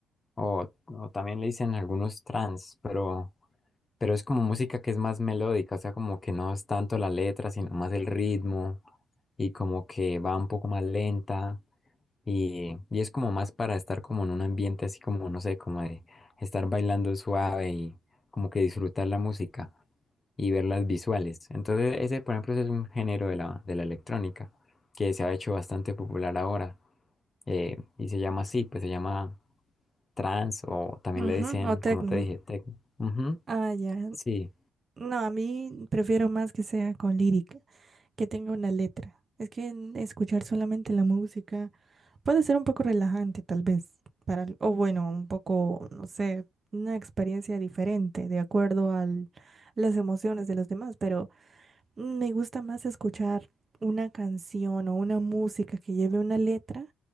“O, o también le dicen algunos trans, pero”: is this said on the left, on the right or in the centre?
Left